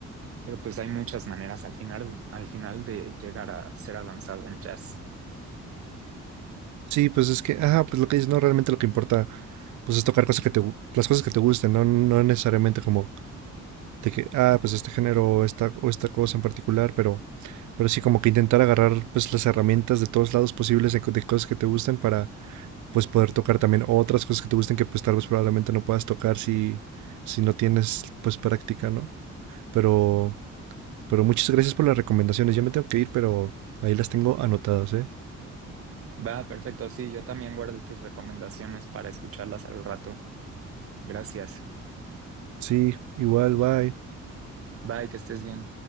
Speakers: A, on the right; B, on the right.
A: Pero pues hay muchas maneras al final, al final de llegar a ser avanzado en jazz.
B: Sí, pues es que, ajá, pues lo que dices, no, realmente lo que importa, pues es tocar cosas que te, gu- las cosas que te gusten, ¿no? No necesariamente como de que, ah, pues este género o esta, o esta cosa en particular, pero, pero sí como que intentar agarrar pues las herramientas de todos lados posibles de, co- de cosas que te gusten para pues poder tocar también otras cosas que te gusten que pues tal vez probablemente no puedas tocar si, si no tienes pues práctica, ¿no? Pero, pero muchas gracias por las recomendaciones. Ya me tengo que ir, pero ahí las tengo anotadas, ¿eh?
A: Va, perfecto, sí, yo también guardo tus recomendaciones para escucharlas al rato. Gracias.
B: Sí, igual, bye.
A: Bye, que estés bien.